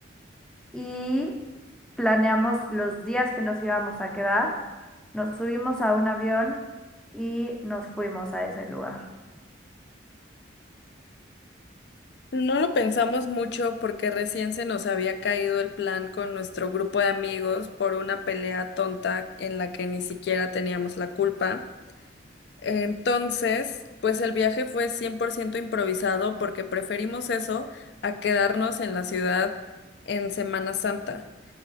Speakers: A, in the centre; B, on the left (about 60°).
A: y planeamos los días que nos íbamos a quedar. Nos subimos a un avión y nos fuimos a ese lugar.
B: No lo pensamos mucho porque recién se nos había caído el plan con nuestro grupo de amigos por una pelea tonta en la que ni siquiera teníamos la culpa. Entonces, pues el viaje fue 100% improvisado porque preferimos eso a quedarnos en la ciudad en Semana Santa.